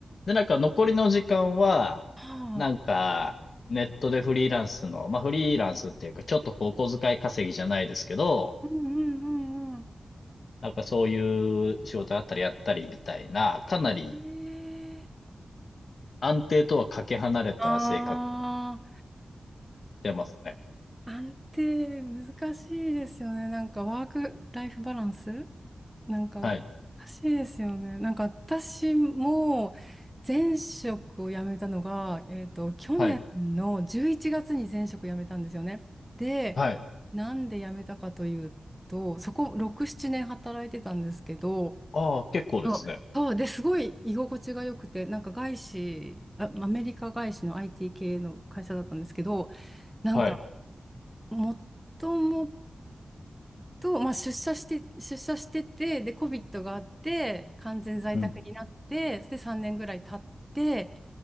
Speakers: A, on the left (about 65°); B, in the centre.
A: で、なんか残りの時間は、
B: はあ。
A: なんか、ネットでフリーランスの、まあフリーランスっていうか、ちょっとこう、お小遣い稼ぎじゃないですけど、
B: うんうんうん
A: なんかそういう仕事あったりやったりみたいな、かなり
B: うん。ええ
A: 安定とはかけ離れた生活
B: あ
A: してますね。
B: あ、安定難しいですよね。なんかワークライフバランスなんか難しいですよね。
A: はい。
B: なんか私も前職を辞めたのが、えっと、去年の11月に前職辞めたんですよね。
A: はい。
B: で、
A: はい。
B: なんで辞めたかというと、そこ6、7年働いてたんですけど、
A: ああ、結構ですね。
B: そう、そうで、すごい居心地が良くて、なんか外資、あ、アメリカ外資の IT 系の会社だったんですけど、なんか、
A: はい。
B: もともと、まあ、出社して、出社してて、で、COVID があって、完全在宅になって、
A: うん。
B: で、3年ぐらい経って、